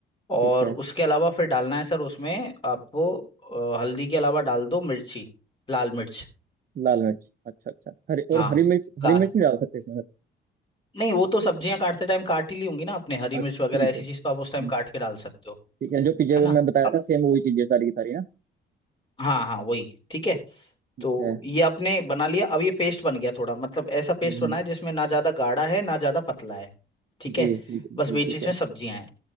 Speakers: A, on the left; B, on the right.
A: और
B: ठीक है
A: उसके अलावा फिर डालना है सर उसमें आपको अ, हल्दी के अलावा डाल दो मिर्ची लाल मिर्च
B: लाल मिर्च अच्छा अच्छा हरी
A: हाँ
B: और हरी मिर्च हरी
A: लाल
B: मिर्च नहीं डाल सकते इसमें
A: नहीं वो तो सब्जियां काटते टाइम काट ही ली होंगी ना आपने हरी
B: अच्छा
A: मिर्च वगैरह
B: ठीक
A: ऐसी
B: है हम्म,
A: चीज तो आप उस टाइम काट के डाल सकते हो
B: ठीक है जो पिज्जा
A: है
B: में
A: ना
B: मैं बताया
A: अब-
B: था सेम वही चीजें सारी की सारी ना
A: हाँ हाँ वही ठीक है
B: ठीक
A: तो
B: है
A: ये आपने बना लिया अब ये पेस्ट बन गया थोड़ा मतलब ऐसा पेस्ट
B: हम्म हम्म।
A: बना है जिसमें ना ज्यादा गाढ़ा है ना ज्यादा पतला है ठीक
B: जी
A: है
B: जी जी
A: बस बीच
B: ठीक
A: बीच
B: है
A: में सब्जियां हैं